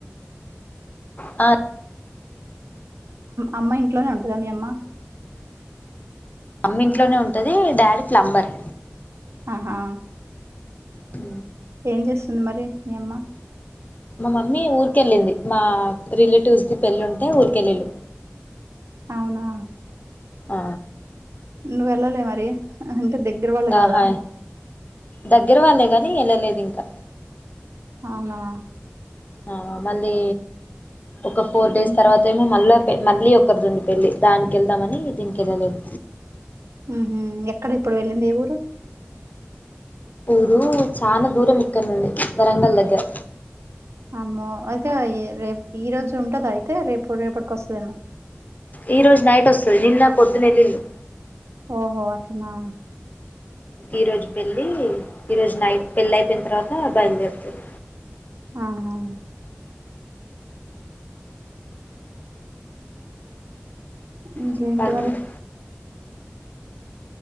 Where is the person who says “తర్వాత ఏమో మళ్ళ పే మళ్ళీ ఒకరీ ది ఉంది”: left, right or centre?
Left